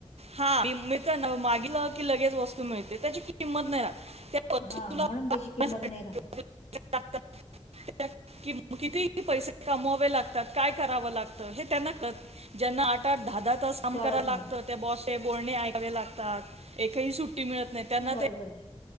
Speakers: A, on the right; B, on the left.
A: हा मी तर मागी लगेच वस्तू मिळते त्याची किंमत नाही राहत. त्या वस्तूला
B: हा म्हणून त्याची
A: आणण्यासाठी
B: किंमत नाही राहत.
A: <inaudible> कि म किती पैसे कमावावे लागतात काय करावं लागतं हे त्यांना क ज्यांना आठ -आठ दहा- दहा तास काम
B: कळत
A: कराय लागतं
B: नाही
A: त्या बाॅस चे बोलणे ऐकावे लागतात एकही सुट्टी मिळत नाही. त्यांना
B: बरोबर
A: ते
B: आहे.